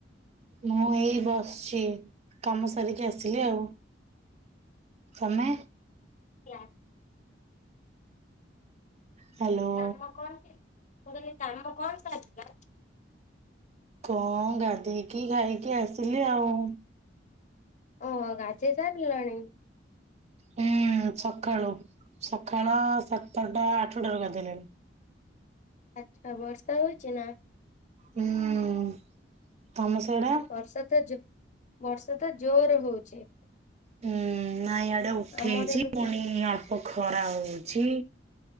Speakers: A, on the right; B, on the left.
A: ମୁଁ ଏଇ ବସିଛି କାମ ସାରିକି ଆସିଲି ଆଉ। ତମେ?
B: <unintelligible>
A: ହ୍ୟାଲୋ
B: କାମ କଣ କାମ କଣ ଚାଲିଥିଲା?
A: କଣ ଗାଧେଇକି ଖାଇକି ଆସିଲି ଆଉ।
B: ଓ ଗାଧେଇ ସାରିଲଣି?
A: ହୁଁ ସକାଳୁ ସକାଳ ସାତଟା ଆଠଟା ରୁ ଗାଧେଇଲିଣି।
B: ଆଚ୍ଛା ବର୍ଷା ହଉଛି ନା?
A: ହୁଁ ତମ ସିଆଡେ?
B: ବର୍ଷା ତ ଜୋ ବର୍ଷା ତ ଜୋର ହଉଛି।
A: ହୁଁ ନାଇଁ ଇଆଡେ ଉଠେଇଛି
B: ଆମର ଏବେ
A: ପୁଣି ଖରା ହଉଛି